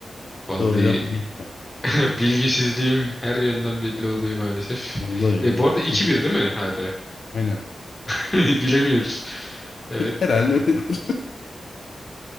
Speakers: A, on the left; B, on the left.
A: Vallahi
B: Doğru cevap İngiltere.
A: <laughs> bilgisizliğim her yönden belli oluyor maalesef.
B: Onda yani.
A: E, bu arada iki
B: Çok,
A: bir değil mi hala?
B: aynen.
A: <laughs> Bilemiyoruz. Evet.
B: Herhalde öyledir. <laughs>